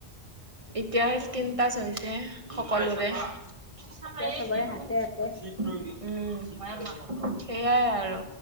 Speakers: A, on the right (about 35°); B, on the left (about 20°).
A: এতিয়াহে স্কিন টাচ হৈছে সকলোৰে। চাফায়ে এতিয়া
B: চবৰে
A: খাব
B: হাতে
A: নি
B: হাতে
A: <unintelligible> উম, সেয়াই আৰু।